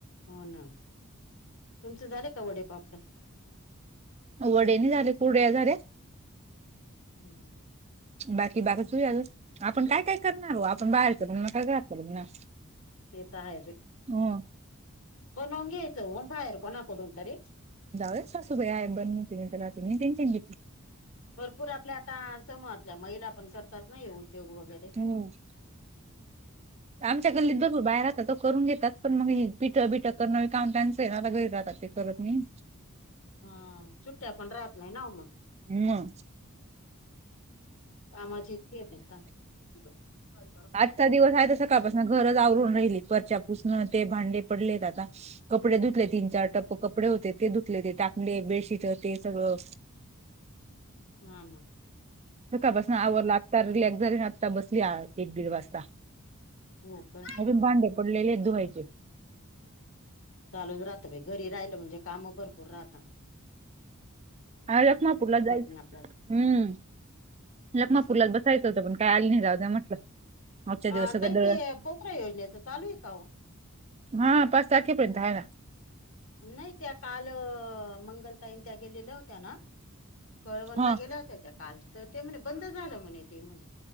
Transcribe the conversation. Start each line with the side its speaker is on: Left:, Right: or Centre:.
Left: हो ना तुमचं झालं का वडेपापडं
Right: वडे नही झाले कुरड्या झाल्या.
Left: हम्म.
Right: बाकी बागचयाल आपण काय काय करणार ओ आपण बाहेरच म्हण ना काय घातलं म्हण ना.
Left: ते तर आहेचं
Right: हो
Left: करून घ्यायचं हो बाहेर कोणाकडून तरी.
Right: जाऊच सासू बाई आहेत बनवतील नाही तर होती नंतर मी टेन्शन घेतली.
Left: भरपूर आपल्या का समातल्या महीला पण करतात ना हे उद्योग वगैरे.
Right: हम्
Left: हा.
Right: आमच्या गल्लीत बघू बाया राहतात त करून घेतात पण मग पिटं बिटं कर नवी काम त्यांचं आता घरी राहात ते तर. हम्
Left: हा सुुट्ट्या पण राहत नाही ना ओ मग.
Right: हम्
Left: कामच इतके हे तना काय
Right: आजचा दिवस आहे तर सकाळ पासनं घरच आवरून राहिली फरच्या पुसनं ते भांडे पडलेत आता कपडे धुतले तीन चार टप्प होते ते धुतले टांकले बेडशीट ते सगळं.
Left: हा ना.
Right: नकां बसं आवंरल लागंता रिलॅक्स झाली नां आंता बसली एक दीड वाजतां.
Left: हो कां.
Right: सगळें भांडे पडलेले आहेतं धुंवांयचे.
Left: चालूंचं राहतं घरी राहिलं म्हणजे कामं भरंपूर राहतांत.
Right: हां लखमांपूरला जायचं
Left: नाही आपल्याला
Right: हम्मं. लखमांपूरला
Left: तेच ना.
Right: बसायचं होतं पणं कांय आलीं नाहीं जाऊं म्हटलं. आजचा
Left: हं
Right: दिवस सगळं
Left: ताई
Right: दळ
Left: ते बोकरा योजनेचं चालूं आहे कां हो.
Right: हां पांच तारखेपर्यंत आहे नां.
Left: नाहीं त्यां कालं मंगलताईन त्यायां गेलेल्यां होत्यां नां. कळवणंला
Right: हा
Left: गेल्यां होत्यां त्यां कांल तरं ते म्हणे बंद झालं म्हणे ते म्हणे.